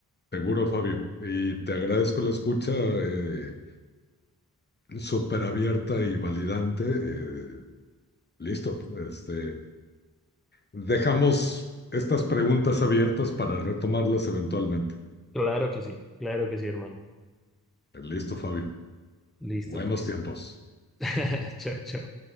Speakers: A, on the left (about 25°); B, in the centre.
A: Seguro, Fabio. Y te agradezco la escucha, eh, súper abierta y validante. eh, Listo. Este, dejamos estas preguntas abiertas para retomarlas eventualmente.
B: Claro que sí, claro que sí, hermano.
A: Listo, Fabio.
B: Listo,
A: Buenos
B: pues.
A: tiempos.
B: <laughs> Chao, chao.